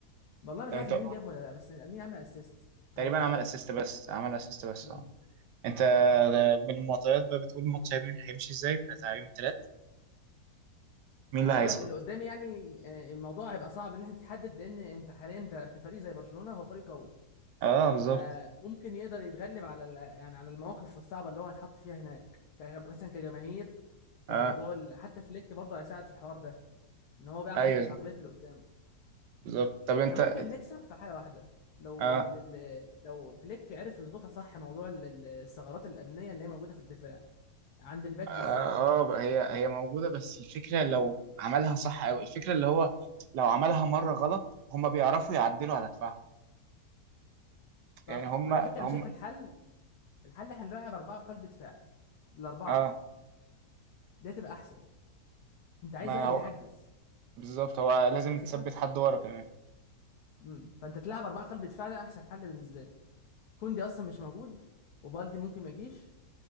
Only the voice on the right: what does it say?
طب
انت
تقريبا
عمل اسيست
بس عمل اسيست بس
اه انت
من المعطيات بقى بتقول الماتش هيمشي هيمشي ازاي بتاع تعليم ثلاث مين
اللي هيصعد
اه بالظبط
اه
ايوه
بالظبط طب انت
اه
اه
آه، هي هي موجوده بس الفكره لو عملها صح قوي الفكره اللي هو لو عملها مره غلط هم بيعرفوا يعدلوا على دفاعهم يعني
هم
هم
اه
ما
هو
بالظبط هو لازم
تثبت حد ورا كمان